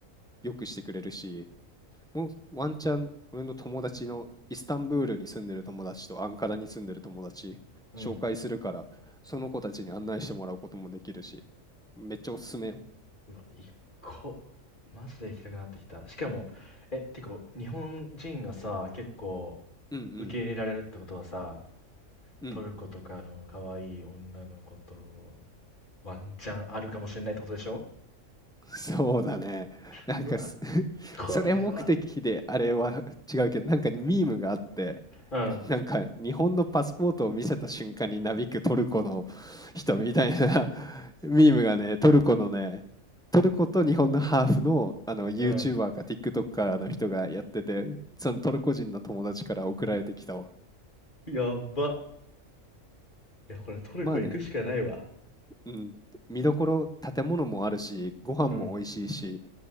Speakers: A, in the centre; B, on the left.
A: 良くしてくれるし、もうワンチャン俺の友達のイスタンブールに住んでる友達とアンカラに住んでる友達紹介するから、
B: うん。
A: その子たちに案内してもらうこともできるし、めっちゃおすすめよ。
B: うわ、一個、マジで行きたくなってきた。しかも、え、てか、日本人がさ、結構
A: うん
B: 受け入れられるってことはさ、
A: うんうん。
B: トルコとかの可愛い女の子とワンチャンあるかもしれないってことでしょ
A: <laughs> そうだね。なんかす
B: うわ、
A: <laughs>
B: これは。
A: それ目的であれは違うけど、なんかねミームがあって、
B: うん、
A: なんか日本のパスポートを見せた瞬間になびくトルコの人みたいな <laughs> ミームがね、トルコのね、トルコと日本のハーフの、あの YouTuber
B: うん。
A: か TikToker の人がやってて、そのトルコ人の友達から送られてきたわ。
B: やば。いや、これトルコ行くしかないわ。
A: まあね、うん、見どころ、建物もあるし、ご飯も美味しいし、
B: うん。